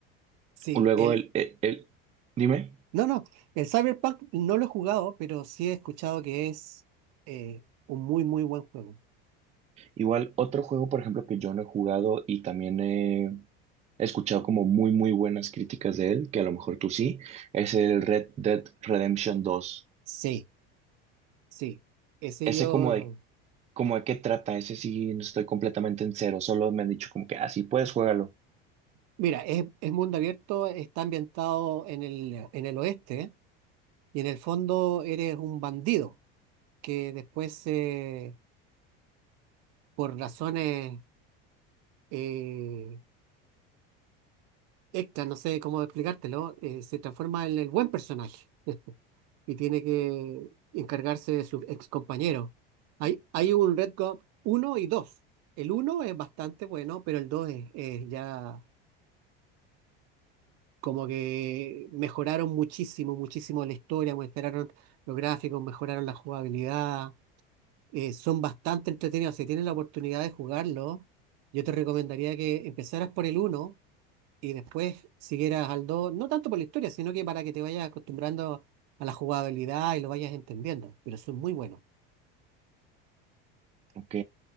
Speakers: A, on the right (about 60°); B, on the right (about 25°).
A: sí,
B: Luego
A: el,
B: el, el, el- dime.
A: no, no, el Cyberpunk no lo he jugado, pero sí he escuchado que es eh, un muy, muy buen juego.
B: Igual, otro juego, por ejemplo, que yo no he jugado y también he escuchado como muy, muy buenas críticas de él, que a lo mejor tú sí, es el Red Dead Redemption dos
A: Sí, sí, ese
B: Ese
A: yo,
B: como de, como de qué trata, ese sí no estoy completamente en cero, solo me han dicho como que, ah, sí, puedes jugarlo.
A: mira, es, es mundo abierto, está ambientado en el, en el oeste y en el fondo eres un bandido que después, eh, por razones, eh, Ekta, no sé cómo explicártelo, eh, se transforma en el buen personaje <laughs> y tiene que encargarse de sus ex compañeros. Hay, hay un Red Guard uno y dos El uno es bastante bueno, pero el 2 es, es ya como que mejoraron muchísimo, muchísimo la historia, mejoraron los gráficos, mejoraron la jugabilidad. eh, son bastante entretenidos. Si tienes la oportunidad de jugarlo, yo te recomendaría que empezaras por el uno y después siguieras al dos no tanto por la historia, sino que para que te vayas acostumbrando a la jugabilidad y lo vayas entendiendo, pero son muy buenos.
B: Ok.